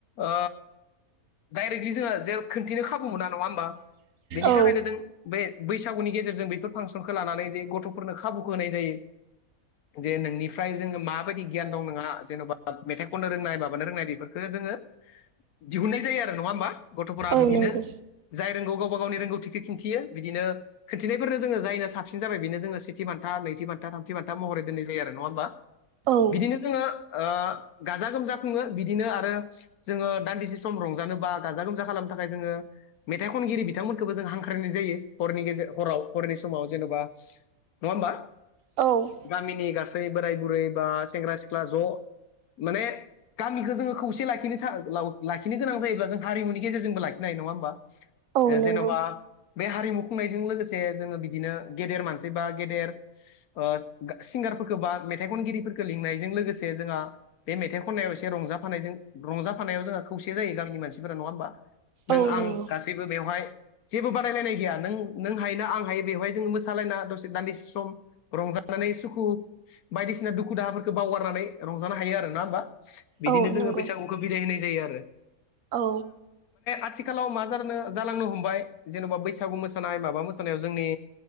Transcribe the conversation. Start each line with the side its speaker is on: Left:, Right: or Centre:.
Left: ओ डाइरेक्टलि जोङो जेराव खोनन्थिनो खाबु मोना नङा होमबा बेनि
Right: औ
Left: थाखायनो जों बे बैसा गुनि गेजेरजों बेफोर फासनखौ लानानै गथ'फोरखौ खाबुखौ होनाय जायो। जे नोंनिफ्राय जोङो माबायदि गियान दं नङा जेन'बा मेथाइ खननो रोंनाय माबानो रोंनाय बेफोरखौ जोङो दिहुननाय जायो आरो नङा होमबा गथ'फोरा
Right: औ
Left: बिदिनो
Right: नंगौ
Left: जाय रोंगौ गावबा गावनि रोंगौथि खिन्थियो बिदिनो खोन्थिनायफोरनो जोङो जायनो साबसिन जाबाय बेनो जोङो सेथि बान्था नैथि बान्था थामथि बान्था महरै दोनै होयो आरो नङा होनबा
Right: औ
Left: बिदिनो जोङो ओ गाजा गोमजा खुङो बिदिनो आरो जोङो दान्दिसे सम रंजानोबा गाजा गोमजा खालामनो थाखाय जोङो मेथाइ खनगिरि बिथांमोनखौबो जों हांख्रायनाय जायो। हरनि गेजे हराव हरनि समाव जेन'बा नङा होमबा
Right: औ
Left: गामिनि गासै बोराय बुरै बा सेंग्रा सिख्ला ज' माने गामिखौ जोङो खौसे लाखिनो हायो नङा ओमबा।
Right: औ
Left: ए
Right: नंगौ
Left: जेन'बा बे हारिमु खुंनायजों लोगोसे जोङो बिदिनो गेदेर मानसि बा गेदेर ओ सिंगार फोरखो बा मेथाइ खनगिरिफोरखौ लिंनायजों लोगोसे जोंहा बे मेथाइ खननायाव एसे रंजाफानायजों रंजा फानायाव जोंहा खौसे जायो गामिनि मानसिफोरा नङा होमबा। नों
Right: औ
Left: आं
Right: नंगौ
Left: गासैबो बेवहाय जेबो बादायलायनाय गैया नों नों हायोना आं हायो बेवहाय जोङो मोसालायना दसे दान्दिसे सम रंजा नानै सुखु बायदिसिना दुखु दाहाफोरखौ बावगारनानै रंजानो हायो आरो नङा होमबा। बिदिनो
Right: औ
Left: जोङो
Right: नंगौ
Left: बैसागुखौ बिदाय होनाय जायो आरो।
Right: औ
Left: आथिखालाव मा जानो जालांनो हमबाय जेन'बा बैसागु मोसानाय माबा मोसानायाव जोंनि